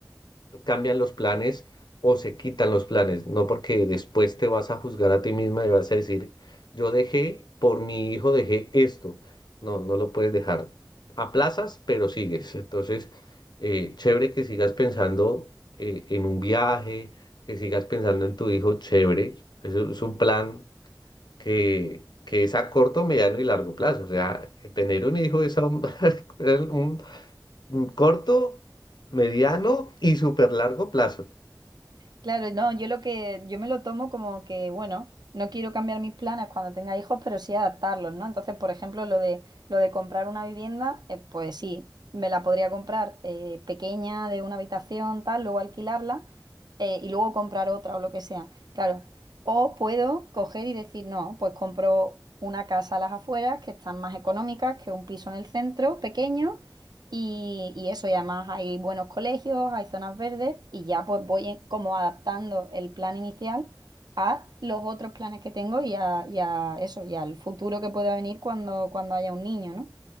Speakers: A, on the left; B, on the right.
A: cambian los planes o se quitan los planes, no porque después te vas a juzgar a ti misma y vas a decir, yo dejé, por mi hijo dejé esto. No, no lo puedes dejar. Aplazas, pero sigues. Entonces, eh, chévere que sigas pensando eh, en un viaje, que sigas pensando en tu hijo, chévere. Eso es un plan que, que es a corto, mediano y largo plazo. O sea, tener un hijo es a un, <laughs> un un corto, mediano y súper largo plazo.
B: Claro, no, yo lo que, yo me lo tomo como que, bueno, no quiero cambiar mis planes cuando tenga hijos, pero sí adaptarlos, ¿no? Entonces, por ejemplo, lo de, lo de comprar una vivienda, eh, pues sí, me la podría comprar eh, pequeña, de una habitación, tal, luego alquilarla eh, y luego comprar otra o lo que sea, claro. O puedo coger y decir, no, pues compro una casa a las afueras que están más económicas que un piso en el centro, pequeño, y, y eso, y además hay buenos colegios, hay zonas verdes y ya pues voy en- como adaptando el plan inicial a los otros planes que tengo y a, y a eso, y al futuro que pueda venir cuando, cuando haya un niño, ¿no?